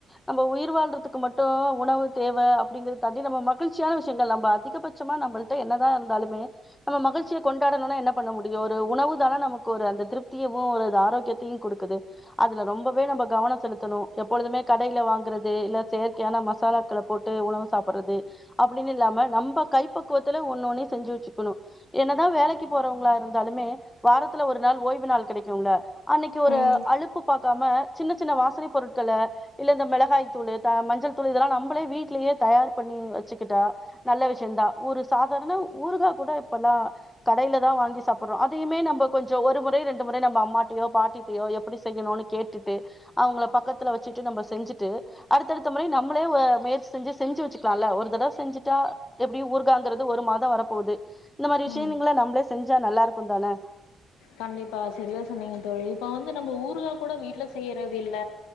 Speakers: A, on the left; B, on the left.
A: நம்ப உயிர் வாழ்றதுக்கு மட்டும் உணவு தேவ அப்டிங்குற தாண்டி நம்ம மகிழ்ச்சியான விஷ்யங்கள் நம்ப அதிகபச்சமா நம்மள்ட என்னதான் இருந்தாலுமே நம்ம மகிழ்ச்சிய கொண்டாடணுன்னா என்ன பண்ண முடியும் ஒரு உணவு தான நமக்கொரு அந்த திருப்தியவும் ஒரு ஆரோக்கியத்தையும் கொடுக்குது அதுல ரொம்பவே நம்ப கவனொம் செலுத்தணும் எப்பொழுதுமே கடைல வாங்குறது இல்ல செயற்கையான மசாலாக்கள போட்டு உணவு சாப்புட்றது அப்புடினில்லாம நம்ப கைப்பக்குவத்துல ஒன்னு ஒன்னை செஞ்சு வச்சுக்கணும் என்னதான் வேலைக்கி போறவங்ளா இருந்தாலுமே வாரத்துல ஒரு நாள் ஓய்வு நாள் கெடைக்கும்ல அன்னக்கி ஒரு
B: ம்
A: அழுப்பு பாக்காம சின்ன சின்ன வாசனை பொருட்கள இல்ல இந்த மெளகாய் தூளு த மஞ்சள் தூள் இதெல்லாம் நம்பளே வீட்லயே தயார் பண்ணி வச்சுக்கிட்டா நல்ல விஷ்யந்தான் ஒரு சாதாரண ஊறுகா கூட இப்பல்லாம் கடைலதான் வாங்கி சாப்புர்றோ அதையுமே நம் ப கொஞ்சொம் ஒரு முறை ரெண்டு முறை நம்ப அம்மாட்டையோ பாட்டிட்டையோ எப்புடி செய்யணுனு கேட்டுட்டு அவுங்கள பக்கத்துல வச்சிட்டு நம்ப செஞ்சுட்டு அடுத்தடுத்த முறை நம்மளே ஒ முயற்சி செஞ்சு செஞ்சு வச்சுக்கலாம் ஒரு தடவ செஞ்சுட்டா எப்டியு ஊறுகாங்குறது ஒரு மாதொம் வரப்போது இந்த மாரி விஷ்யங்ளா
B: ம்
A: நம்ளே செஞ்சா நல்லாருக்குந்தான
B: கண்டிப்பா செரியா சொன்னீங்க தோழி இப்ப வந்து நம்ம ஊறுகா கூட வீட்ல செய்யறதில்ல